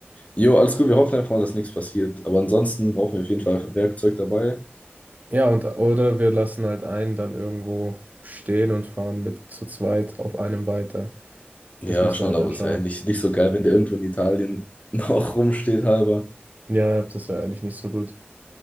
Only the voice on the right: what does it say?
Ja, und oder wir lassen halt einen dann irgendwo stehen und fahren mit zu zweit auf einem weiter.
Das müssen
wir halt
dann
schauen.
Ja, das ist ja eigentlich nicht so gut.